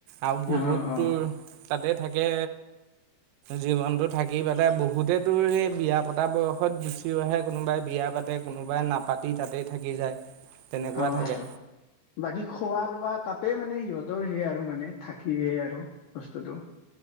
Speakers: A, on the right; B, on the left.
A: আৰু বহুত
B: অ অ
A: দৰ তাতে থাকে জীৱনতটো থাকি পেলাই বহুতেতো সেই বিয়া পতা বয়সত গুচিহে কোনোবাই বিয়া পাতে কোনোবাই নাপাতি তাতেই থাকি যায়। তেনেকুৱা
B: অ
A: থাকে
B: - অ বাকী খোৱা লোৱা তাতে মানে সিহতৰ সেয় আৰু আৰু মানে থাকিে আৰু বস্তুটো